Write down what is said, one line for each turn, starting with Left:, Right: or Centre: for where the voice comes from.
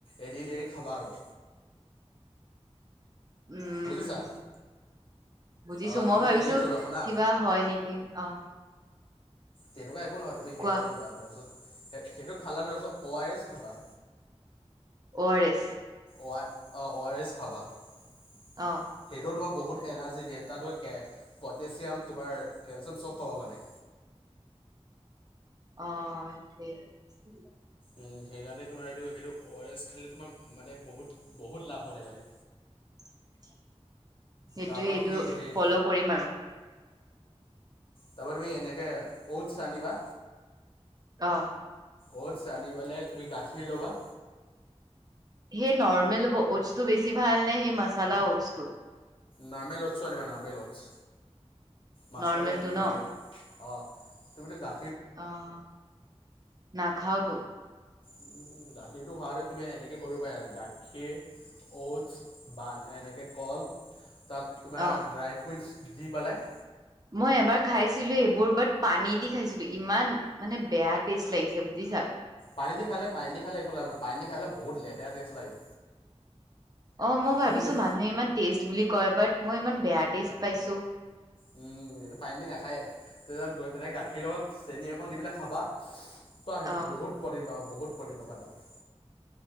Left: এদিন এৰি খাবা আৰু
Right: <inaudible> উম
Left: বুজিছা।
Right: বুজিছো,
Left: অঁ
Right: মই
Left: তুমি
Right: ভাবিছো
Left: হেৰি কৰিবা শুনা
Right: কিবা হয় নেকি অ'
Left: তেনেকুৱা একো নহয়, তুমি হেৰি
Right: কোৱা
Left: কৰিবা তাৰ পিছত সেইটো খালা ন' অ' তাৰ পিছত ওৱাৰেছ খাবা।
Right: ওৱাৰেছ
Left: অ' ওৱাৰেছ খাবা সেইটো
Right: অ
Left: তোমাৰ বহুত এনাৰ্জি দিয়ে, তাত তোমাৰ পটেছিয়াম তোমাৰ কেলচিয়াম চব পাবা মানে
Right: অ' সেইটোৱে
Left: উ' সেইকাৰণে তোমাৰ এইটো, সেইটো ওৱাৰেছ খালে তোমাৰ মানে বহুত, বহুত লাভ মানে
Right: <unintelligible> সেইটোৱে
Left: তাৰপা
Right: এইটো
Left: তুমি সেই
Right: ফল' কৰিম আৰু
Left: তাপা তুমি এনেকে ঔতচ আনিবা
Right: অ'
Left: ঔতচ আনিবলে তুমি গাখীৰ ল'বা
Right: সেই নৰ্মেল ঔতচটো বেছি ভাল নে, সেই মাচালা ঔতচটো?
Left: নৰ্মেল ঔতচতো আনিবা নৰ্মেল ঔতচত, মাছলাটো
Right: নৰ্মেলটো
Left: আনিব
Right: ন
Left: নালাগে। অ' তুমিটো গা
Right: অ' নাখাও ত
Left: উম' গাখীৰটো খোৱা হেতেন তুমি এনেকে কৰিব পাৰা গাখীৰ, ঔতছ বা এনেকে কল তাত তোমাৰ
Right: অ
Left: ড্ৰাই ফ্ৰুইটছ দি পেলাই
Right: মই এবাৰ খাইছিলো সেইবোৰ বাট পানী দি খাইছিলো ইমান মানে বেয়া টেষ্ট লাগিছে বুজিছা
Left: পানী দি খালে, পানী দি খালে একো লাভ নাই, পানী দি খালে বহুত লেতেৰা টেষ্ট লাগে।
Right: অঁ মই ভাবিছো
Left: তুমি সেই
Right: মানুহে ইমান টেষ্ট বুলি কয় বাট মই ইমান বেয়া টেষ্ট পাইছো
Left: উম সেইটো পানী দি নাখায়ে তেনেকে গৈ পেলাই গাখীৰ লগত চেনী অকণ দি পেলাই খাবা বা সেইটো
Right: অ
Left: বহুত প্ৰটিন পাবা বহুত প্ৰটিন পাবা তাত